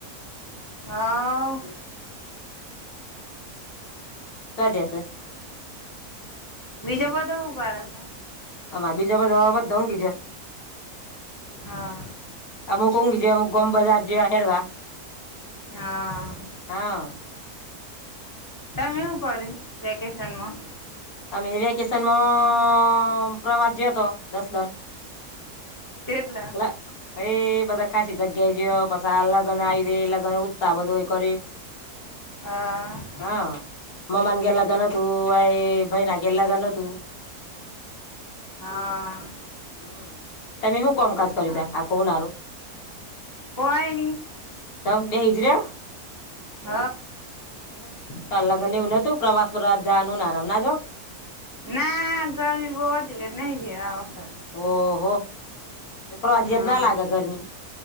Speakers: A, on the left (about 15°); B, on the left (about 70°).
A: હા.
B: હા ભજે છે.
A: બીજા બધા શું કર છ.
B: આ બીજા બધ બધ ઊંઘી જ,
A: હા
B: અમુક ઊંઘી જ અમુક ગમ બજાર જેવા હેડવા.
A: હા.
B: હા
A: તમે હું કર્યું વેકેશનમાં?
B: અમે વેકેશનમાં પ્રવાસ જે હતો દસ દાડ.
A: કેટલા
B: હ ભાઈ બધા. ખસી જગ્યા જ પછ લગ્ન આવી દે લગ્ન ઉત્સાહ બધોય કર,
A: હા
B: હા મ્માન ગે લગ્ન તું આ ભાઈ ના ગેલાગા ન તું.
A: હા
B: હમ. તમે શું કોમકાજ કર્યું
A: હા
B: ત આખું ઉનારો?
A: કોઈ નહી
B: ત બે હિજરા?
A: હ
B: હા. તો અલાગન એવું નતું પ્રવાસ બ જવાનુંને આરામ ના જો?
A: ના ગરમી બહત એલે નહી જ્યાં.
B: ઓહો એ તો આજીયત
A: હા
B: ના લાગે ગરમી